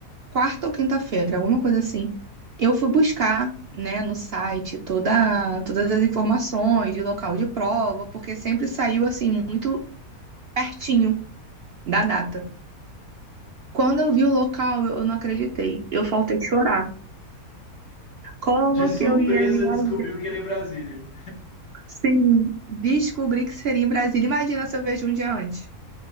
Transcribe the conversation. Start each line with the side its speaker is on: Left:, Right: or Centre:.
Right: quarta ou quinta-feira, alguma coisa assim. Eu fui buscar, né, no site toda, todas as informações de local de prova, porque sempre saiu assim muito pertinho da data. Quando eu vi o local, eu não acreditei. Eu faltei chorar. Como
Left: De surpresa
Right: que eu ia viajar?
Left: descobriu que era em Brasília.
Right: Sim, descobri que seria em Brasília. Imagina se eu vejo um dia antes.